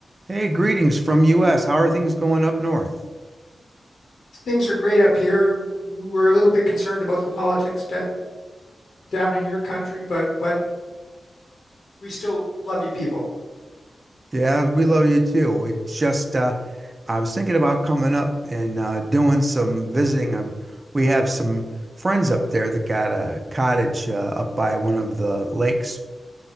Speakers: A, on the right; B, on the left.
A: Hey, greetings from US. How are things going up north?
B: things are great up here. We're a little bit concerned about the politics da- down in your country, but but we still love you people.
A: Yeah, we love you too. It just uh I was thinking about coming up and uh doing some visiting. Uh, we have some friends up there that got a cottage uh, up by one of the lakes